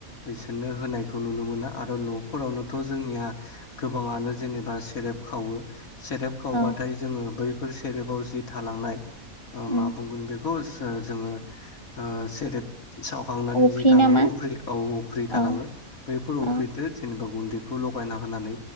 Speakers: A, on the left (about 65°); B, on the left (about 25°).
A: बिसोरनो होनायखौ नुनो मोना आरो न'फोरावनोथ' जोंनिया गोबां माने जेनेबा सेरेब खावो सेरेब खावबाथाय
B: औ
A: जोङो बै बेफोर सेरेबाव जि थालांनाय ओ
B: उम
A: मा बुंगोन बेखौ जोङो ओ सोदोब सावखांनानै
B: अफ्रि
A: जि थालाङो
B: नामा
A: उफ्रि औ उफ्रि
B: औ
A: थालाङो बैफोर
B: औ
A: उफ्रिदो जेनेबा गुन्दैखौ लगायना होनानै